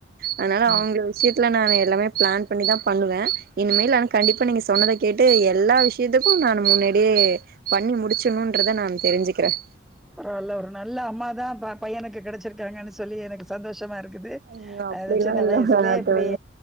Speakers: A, on the right (about 50°); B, in the centre.
A: அதனால
B: ம்
A: அவுங்க விஷயத்துல நான் எல்லாமே பிளான் பண்ணிதான் பண்ணுவேன் இனிமேல் நான் கண்டிப்பா நீங்க சொன்னத கேட்டு எல்லா விஷயத்துக்கும் நான் முன்னாடியே பண்ணி முடிச்சணும்ன்றத நான் தெரிஞ்சுக்கிறேன்
B: பரவால்ல ஒரு நல்ல அம்மாதான் பையனுக்கு கிடைச்ச விட்ருக்காங்கன்னு சொல்லி எனக்கு சந்தோஷமா இருக்குது
A: ஐயோ அப்டிலா
B: அ சின்ன
A: இல்ல
B: வயசுலயே இப்டி
A: தோழி